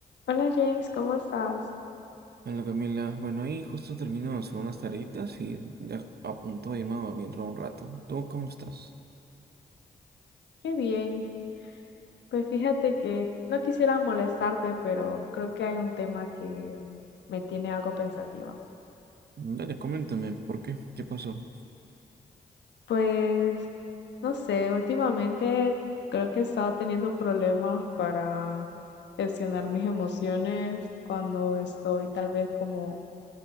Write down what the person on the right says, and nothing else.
Hola Camila, bueno ahí justo termino de hacer unas tareitas y ya a punto de irme a dentro de un rato. ¿Tú cómo estás?
Dale, coméntame, ¿por qué? ¿Qué pasó?